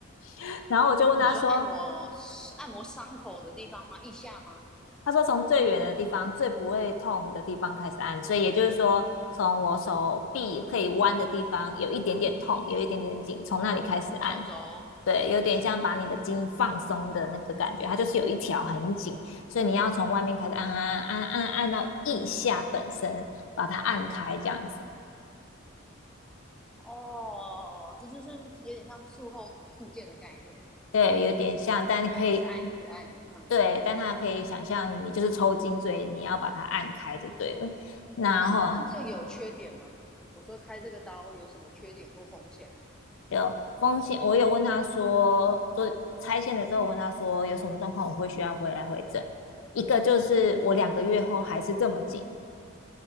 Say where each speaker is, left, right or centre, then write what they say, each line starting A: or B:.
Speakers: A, on the left; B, in the centre.
A: <laughs> 然后我就问他说。
B: 你说按摩按摩伤口的地方吗？腋下吗？
A: 他说从最远的地方、最不会痛的地方开始按，所以也就是说，从我手臂可以弯的地方有一点点痛，有一点点紧，从那里开始按。
B: 手肘？
A: 对，有点像把你的筋放松的那个感觉，它就是有一条很紧，所以你要从外面开始按按按按按按到腋下本身，把它按开这样子。
B: 哦，这就是有点像术后复健的概念，
A: 对，有点像，但你可以
B: 然后一直按，一直按。嗯，
A: 对，但它可以想象你就是抽筋，所以你要把它按开就对了。然后
B: 那它这有缺点吗？我说开这个刀有什么缺点或风险？
A: 有风险，我有问他说，做拆线的时候我问他说有什么状况，我会需要回来回诊。一个就是我两个月后还是这么紧，